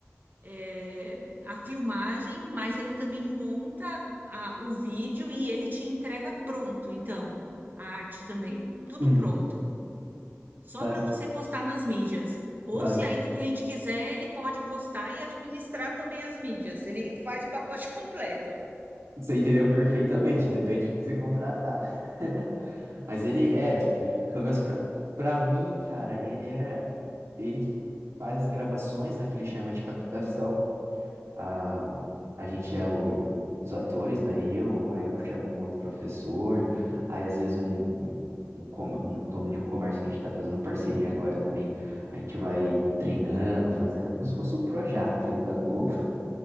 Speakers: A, on the right (about 40°); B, on the right (about 85°).
A: é, a filmagem, mas ele também monta a- o vídeo e ele te entrega pronto, então, a arte também, tudo
B: Hum.
A: pronto, só
B: Bas-
A: para você postar nas mídias. Ou
B: bas-
A: se ainda o cliente quiser, ele pode postar e administrar também as mídias. Ele faz o pacote <laughs> completo.
B: você entendeu perfeitamente, depende do que você contratar. <laughs> Mas ele é,
A: Legal.
B: pelo menos pra, pra mim, cara, ele, é, ele faz as gravações, né, que ele chama de captação. a, a gente é o- os atores, né? Eu, aí eu chamo um outro professor, aí às vezes um, um, um, com- um dono de um comércio que a gente está fazendo parceria agora também, a gente vai treinando, fazendo como se fosse o Projac ali da Globo,